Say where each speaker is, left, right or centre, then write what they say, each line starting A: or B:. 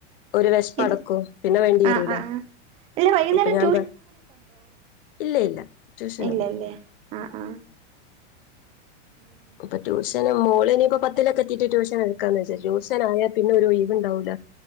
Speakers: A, on the left; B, on the right.
A: ഒരു വിശപ്പ്
B: ഇത്
A: അടക്കും പിന്നെ വേണ്ടി വരൂല
B: ആ ആ ആ അല്ല വൈകുന്നേരം
A: അപ്പൊ ഞാൻ പറ ഇല്ലേ ഇല്ല ട്യൂഷനൊന്നുമില്ല
B: ഇല്ല്ല്ലേ ആഹ് ആഹ്
A: ഇപ്പൊ ട്യൂഷന് മോളിനിപ്പോ പത്തി വീട്ടിലൊക്ക കിട്ടീട്ട് ട്യൂഷൻ എടുക്കാന്ന് വെച്ചാ ട്യൂഷനായാൽ പിന്നെ ഒരു ഒഴിവുണ്ടാവുല